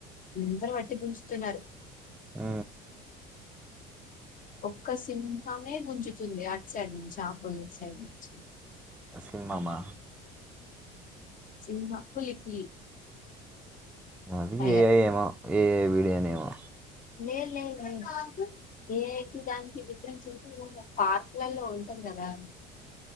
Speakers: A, on the left (about 40°); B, in the centre.
A: అందరు పట్టి గుంజుతున్నారు
B: ఆ
A: ఒక్క సింహమే గుంజుతుంది అటు సైడ్ నుంచి ఆపోజిట్ సైడ్ నుంచి
B: సింహమా
A: సింహ పులి పులి
B: అది
A: టైగర్
B: ఏ ఐ ఏమో ఏ ఐ వీడి వీడియో నేమో
A: లేదు లేదు లేదు ఏ ఐ కి దానికి డిఫరెన్స్ ఉంటది పార్క్ లలో ఉంటది కదా